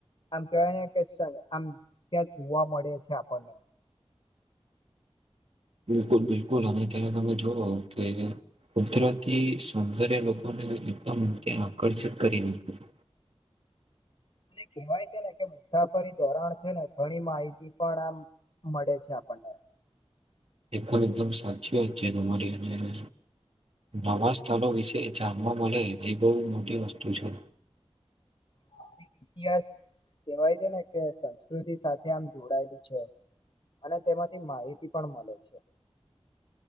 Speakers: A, on the left; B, on the right.
A: આમ કહેવાય ને કે સર આમ ત્યાં જોવા મળે છે આપણને.
B: બિલકુલ-બિલકુલ અને ત્યારે તમે જુઓ કે કુદરતી સૌંદર્ય લોકોને ને એકદમ ત્યાં આકર્ષિત કરી મૂકે છે.
A: <inaudible> અને કેહેવાય છે ને કે મુસાફરી ધોરણ છે ને ઘણી માહિતી પણ આમ મળે છે આપણને.
B: એ પણ એકદમ સાચી વાત છે તમારી અને નવા સ્થળો વિશે જાણવા મળે એ બહુ મોટી વસ્તુ છે.
A: <unintelligible> ઇતિહાસ કહેવાય છે ને કે સંસ્કૃતિ સાથે આમ જોડાયેલું છે. અને તેમાંથી માહિતી પણ મલે છે.